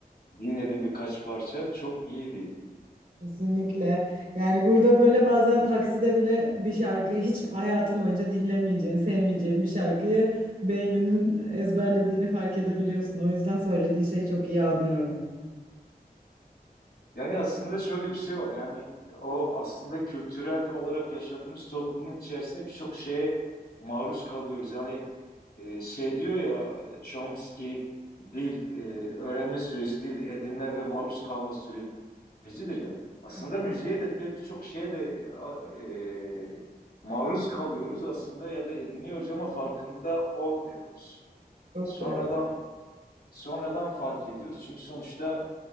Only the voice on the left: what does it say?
dinledim birkaç parça. Çok iyiydi.
Yani aslında şöyle bir şey var. Yani o aslında kültürel olarak yaşadığımız toplumun içerisinde birçok şeye maruz kalıyoruz. Yani e, şey diyor ya Chomsky dil e, öğrenme süreci değil edinme ve maruz kalma sürecidir ya. Aslında
müziğe de diğer birçok şeye de e, a- e, maruz kalıyoruz aslında ya da ediniyoruz ama farkında olmuyoruz.
Sonradan
sonradan fark ediyoruz. Çünkü sonuçta